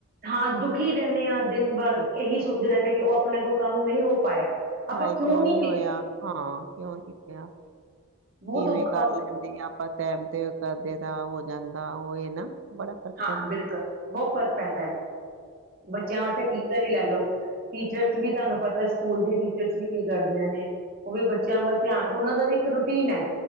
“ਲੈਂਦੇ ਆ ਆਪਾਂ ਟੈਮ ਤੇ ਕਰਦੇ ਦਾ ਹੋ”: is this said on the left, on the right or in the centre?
Right